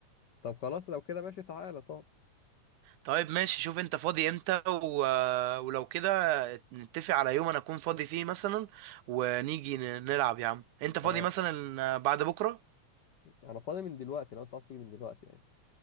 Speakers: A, on the left; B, on the right.
A: طب خلاص لو كده ماشي تعالى طب
B: طيب ماشي شوف انت فاضي امتى و... ولو كده نتفق على يوم انا اكون فاضي فيه مثلا ونيجي ن- نلعب يا عم انت فاضي
A: اه
B: مثلا بعد بكره
A: انا فاضي من دلوقتي لو انت عايز تيجي من دلوقتي يعني